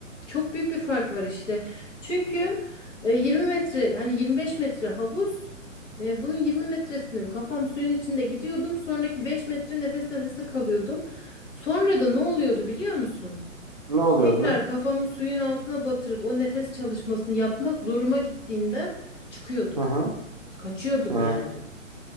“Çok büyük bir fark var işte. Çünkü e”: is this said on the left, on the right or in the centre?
Left